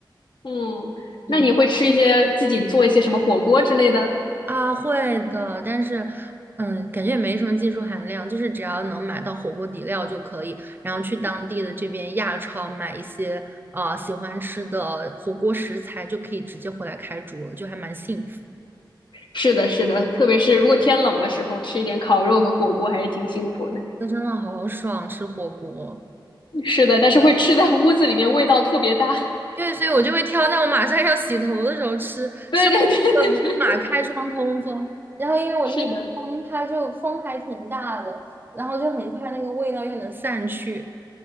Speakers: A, on the left; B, on the right.
A: 嗯，
B: <laughs> 对。
A: 那你会吃一些自己做一些什么火锅之类的？
B: 啊，会的，但是，嗯，感觉也没什么技术含量，就是只要能买到火锅底料就可以，然后去当地的这边亚超买一些啊喜欢吃的火锅食材，就可以直接回来开煮了，就还蛮幸福。
A: 是的，是的，特别是如果天冷的时候，吃一点烤肉和火锅还是挺幸福的。
B: 那真的好爽，吃火锅。
A: 是的，但是会吃在屋子里面，味道特别大。
B: 对，所以我就会挑在我马上要洗头的时候吃，
A: 对对对对对，
B: 吃完了立马开窗通风。然后因为我这边风它就风还挺大的，
A: 是的，
B: 然后就很快那个味道又能散去。